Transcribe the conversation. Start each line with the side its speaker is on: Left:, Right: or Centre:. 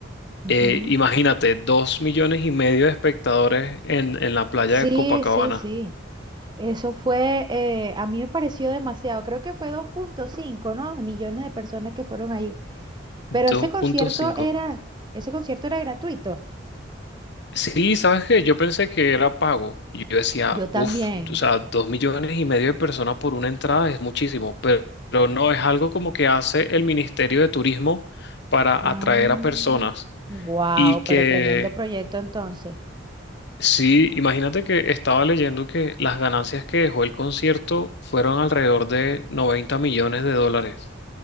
Right: Ujú.
Left: eh, imagínate, dos millones y medio de espectadores en, en la playa
Right: Sí,
Left: de Copacabana,
Right: sí, sí. Eso fue, eh, a mí me pareció demasiado. Creo que fue dos punto cinco, ¿no? Millones de personas que fueron ahí.
Left: dos
Right: Pero ese concierto
Left: punto cinco.
Right: era, ese concierto era gratuito.
Left: Sí, ¿sabes qué? Yo pensé que era pago. Y Yo decía,
Right: Yo también.
Left: uff, o sea, dos millones y medio de personas por una entrada es muchísimo, pero, pero no es algo como que hace el Ministerio de Turismo para
Right: Ah,
Left: atraer a personas.
Right: wow,
Left: Y que,
Right: pero tremendo proyecto entonces.
Left: sí, imagínate que estaba leyendo que las ganancias que dejó el concierto fueron alrededor de 90 millones de dólares.